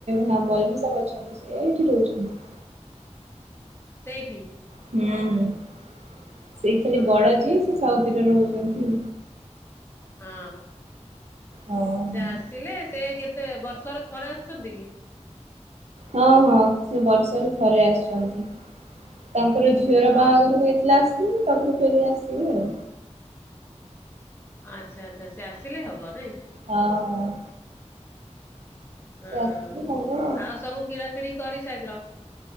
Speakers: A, on the right (about 65°); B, on the left (about 20°).
A: ସମ୍ବଲ ବି ସବ୍ ଅଛନ୍ତି। ସେ ଏଇଠି ରହୁଛନ୍ତି।
B: ସେଇଠି?
A: ହୁଁ, ହୁଁ। ସେଇ ଖାଲି
B: ଆଚ୍ଛା
A: ବଡ଼ ଯିଏ, ସେ ସାଉଦିରେ ରହୁଛନ୍ତି।
B: ହଁ,
A: ହଁ।
B: ସେ ଆସିଲେ ସେ କେତେ ବର୍ଷରେ ଥରେ ଆସୁଛନ୍ତି କି?
A: ହଁ, ହଁ ସେ ବର୍ଷରେ ଥରେ ଆସୁ ଛନ୍ତି। ତାଙ୍କର ଝିଅର
B: ହଁ
A: ବାହାଘର ହେଇଥିଲା ଆସିଥିଲେ। ତାପରେ ଫେରେ ଆସିବେ ଆଉ।
B: ଆଚ୍ଛା, ଆଚ୍ଛା, ସେ ଆସିଲେ, ହବ ନାଇଁ?
A: ହଉ, ହଉ।
B: ହଁ,
A: ଆସିଲେ ହବ
B: ଆଉ ସବୁ କିଣା କିିଣି କରିସାରିଲ?